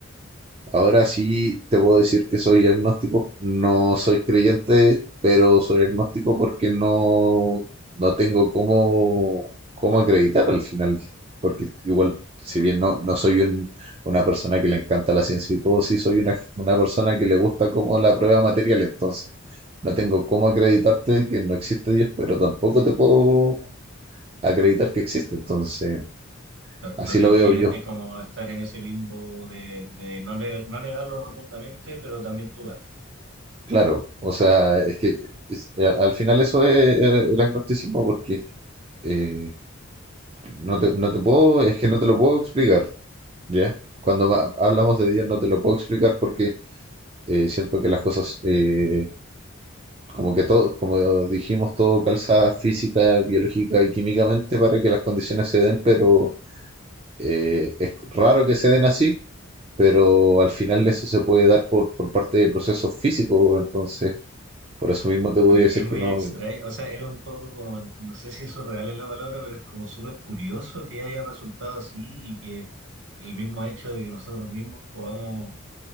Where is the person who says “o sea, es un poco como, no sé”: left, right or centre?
Right